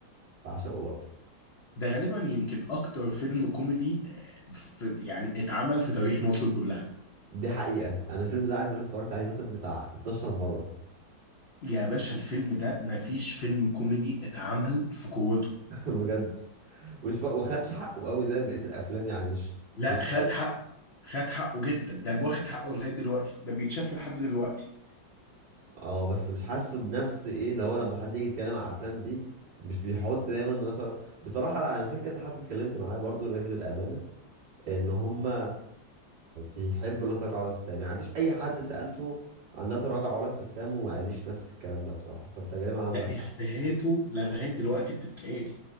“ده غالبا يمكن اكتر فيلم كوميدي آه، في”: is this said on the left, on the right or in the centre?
Left